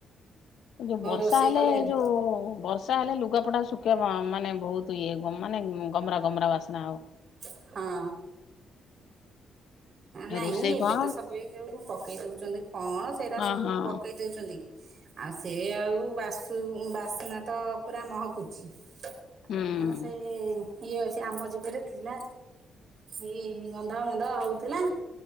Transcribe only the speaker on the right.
ରୋଷେଇ
କଲେଣି
ହଁ। ନାଇଁ
ଏବେ
ତ ସବୁ ଏ ଯୋଉ ପକେଇ ଦଉଛନ୍ତି କଣ, ସେଇଟା
ସବୁ
ପକେଇ ଦଉଛନ୍ତି ଆଉ ସେ ଆଉ ବାସୁ ବାସ୍ନା ତ ପୁରା ମହକୁଛି ଆଉ
କଣ ସେ ଇଏ ଅଛି ଆମ ଯୁଗରେ ଥିଲା ଇ ଗନ୍ଧ ମନ୍ଦ ହୋଉଥିଲା।